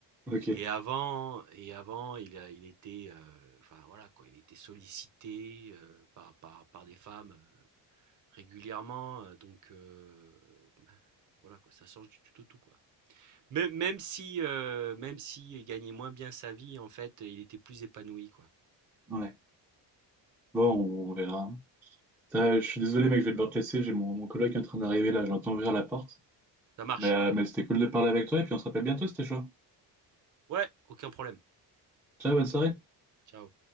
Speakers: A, in the centre; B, on the right.
A: Ok.
B: Et avant, et avant, il a, il était, euh, enfin voilà quoi, il était sollicité euh, par, par, par des femmes euh, régulièrement, euh, donc euh, voilà quoi, ça change du tout au tout quoi. Même, même si, euh, même si il gagnait moins bien sa vie, en fait, il était plus épanoui quoi.
A: Ouais. Bon, on, on verra. Euh, je suis désolé, mec, je vais devoir te laisser. J'ai mon, mon coloc qui est en train d'arriver là. Je l'entends ouvrir la porte.
B: Ça marche.
A: Mais, euh, mais c'était cool de parler avec toi et puis on se rappelle bientôt, c'était chaud.
B: Ouais, aucun problème.
A: Ciao, bonne soirée.
B: Ciao.